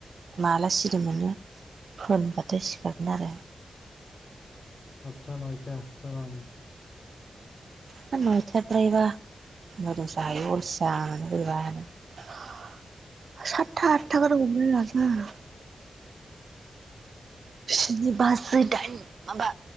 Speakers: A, on the right (about 70°); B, on the left (about 45°).
A: माला सिरि मोनो होनबाथाय सिखारगोन आरो।
B: आदथा नयथा तार माने
A: होद नयथा द्रायबा मोदोम साहैयो अलसिया बोरैबानो सातथा आतथाखो गार हमो माथो <unintelligible> स्नि बाजि दाइन माबा